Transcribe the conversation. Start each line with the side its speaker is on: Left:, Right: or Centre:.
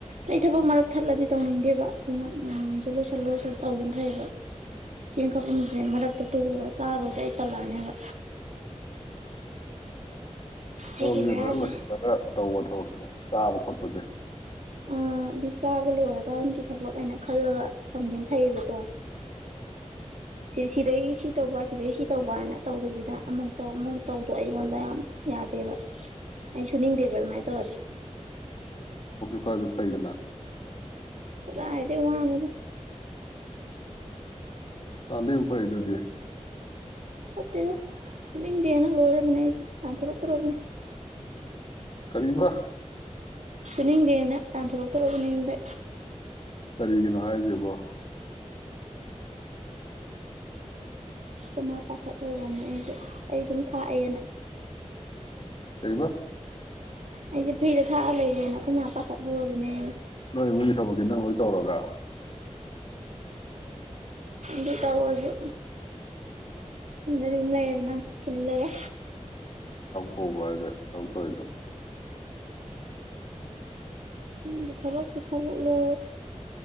Right: ꯑꯩ ꯊꯕꯛ ꯃꯔꯛ ꯊꯠꯂꯗꯤ ꯇꯧꯅꯤꯡꯗꯦꯕ ꯑꯗꯨꯅ ꯑꯃꯃꯝꯖꯦ ꯂꯣꯏꯁꯜ ꯂꯣꯏꯁꯜꯂ ꯇꯧꯒꯤꯝ ꯐꯩꯕ ꯆꯦꯡ ꯈꯞꯂꯝꯕꯖꯦ ꯃꯔꯛꯇ ꯇꯣꯛꯑꯒ ꯆꯥꯔꯨꯔꯗꯤ ꯑꯩ ꯇꯜꯂꯛꯑꯅꯦꯕ
Left: ꯊꯕꯛꯁꯦ
Right: ꯑꯩꯒꯤ ꯕꯦꯔꯥꯁꯦ
Left: ꯐꯖꯅ ꯂꯣꯏꯁꯜꯂꯒ ꯇꯧꯕ ꯊꯕꯛꯁꯦ ꯆꯥꯕ ꯈꯣꯠꯄꯁꯦ
Right: ꯑꯥ ꯑꯗꯨ ꯆꯥꯕ ꯂꯣꯏꯔꯀꯥꯟꯒꯤ ꯊꯕꯛ ꯑꯣꯏꯅ ꯈꯜꯂꯒ ꯊꯝꯒꯤꯝ ꯐꯩꯌꯦꯕꯀꯣ ꯁꯤꯗꯩ ꯁꯤ ꯇꯧꯕ ꯁꯤꯗꯒꯤꯩ ꯁꯤ ꯇꯧꯕ ꯍꯥꯏꯅ ꯇꯧꯗꯕꯤꯗ ꯑꯃꯨꯛꯧ ꯑꯃꯨꯛ ꯇꯧꯗꯣ ꯑꯩꯉꯣꯟꯗ ꯌꯥꯝ ꯌꯥꯗꯦꯕ ꯑꯩ ꯁꯨꯅꯤꯡꯗꯦꯕ ꯑꯗꯨꯃꯥꯏꯅ ꯇꯧꯔꯗꯤ
Left: ꯀꯛꯑꯖꯨ ꯐꯩꯗꯅ
Right: ꯔꯥꯑꯗ ꯍꯅꯗ
Left: ꯑꯕꯦꯡ ꯐꯣꯔꯩꯗꯨꯗꯤ
Right: ꯄꯠꯇꯗꯒꯦꯅ ꯂꯕꯅꯦꯁꯤ ꯇ ꯊꯔꯣꯛ ꯇꯔꯣꯒꯅꯤ
Left: ꯀꯔꯤꯕ
Right: ꯆꯨꯅꯤꯡꯗꯦꯅ ꯇꯥꯟꯊꯣꯔꯛꯇꯣꯔꯔꯕꯅꯤ ꯌꯨꯝꯗ
Left: ꯀꯔꯤꯒꯤꯅꯣ ꯍꯥꯏꯁꯕꯣ
Right: ꯑꯈꯣꯏꯃꯥ ꯄꯥꯈꯠ ꯍꯧꯔꯝꯅꯦ ꯑꯩꯖꯦ ꯑꯩ ꯁꯨꯝ ꯊꯥꯛꯑꯦꯅ
Left: ꯀꯔꯤꯕꯥ
Right: ꯑꯩꯁꯦ ꯐ꯭ꯔꯤꯗ ꯊꯥꯛꯑ ꯂꯩꯔꯦꯅ ꯑꯩꯈꯣꯏꯅ ꯄꯥꯈꯠꯍꯔꯕꯅꯦ
Left: ꯅꯣꯏ ꯏꯃꯨꯡꯒꯤ ꯊꯕꯛꯇꯤ ꯅꯪ ꯂꯣꯏ ꯇꯧꯔꯒ
Right: ꯗꯤ ꯇꯥ ꯑꯣꯏꯔ ꯏꯗꯤꯝꯂ ꯌꯦꯗꯅ ꯀꯤꯂꯒꯦ
Left: ꯍꯕꯥꯏꯗꯦ ꯇꯧꯛꯇꯗ
Right: ꯄꯤꯊꯕꯛ ꯄꯤꯊꯕꯣ ꯂ